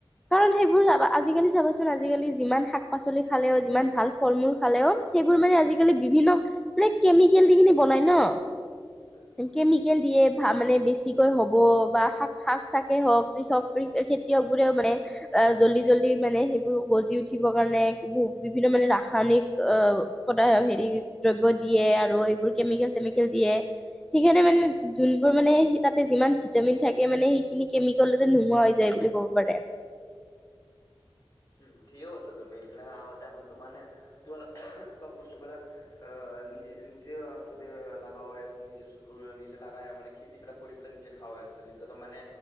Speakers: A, in the centre; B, on the left.
A: কাৰণ সেইবোৰ যাবা আজিকালি চাবাচোন, আজিকালি যিমান শাক পাচলি খালেও যিমান ভাল ফল মূল খালেও, সেইবোৰ মানে আজিকালি বিভিন্ন, মানে কেমিকেল দি কেনি বনাই ন',
B: উম
A: কেমিকেল দিয়ে মানে বেছি। কে হ'ব, বা শা-শাক চাকেই হওক, কৃষক, খেতিয়ক বোৰেও মানে জল্দি জল্দি মানে সেইবোৰ গজি উঠিবৰ কাৰণে, কিবো বিভিন্ন মানে ৰাসায়নিক অ' পদায় হেৰি দ্ৰব্য দিয়ে আৰু এইবোৰ কেমিকেল চেমিকেল দিয়ে। সেইকাৰণে মানে যোনবোৰ মানে তাতে যিমান ভিটামিন থাকে মানে সেইখিনি কেমিকেল'তে নোহোৱা হৈ যায় বুলি ক'ব পাৰে। <inaudible>
B: উম, ঠিকেই কৈছা তুমি। যেনেকে আগৰ টাইমতো মানে চ-চব বস্তুবিলাক অ' নি নি-নিজে চবে লাগা হৈ আছে, নিজে-নিজে লগায়া মানে খেতিবিলাক কৰি পেলাই, নিজে খাৱৈ আছে। দলিততে মানে